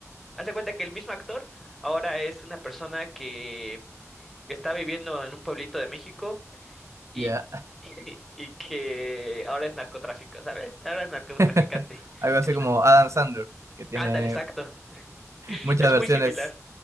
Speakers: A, in the centre; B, on the right.
A: Haz de cuenta que el mismo actor ahora es una persona que, que está viviendo en un pueblito de México y,
B: ya.
A: <laughs> y que ahora es narcotráfico, ¿sabes? Ahora es narcotraficante.
B: <laughs> Algo así
A: <laughs>
B: como Adam Sandler, que tiene
A: Ándale, exacto.
B: muchas
A: Es
B: versiones.
A: muy similar.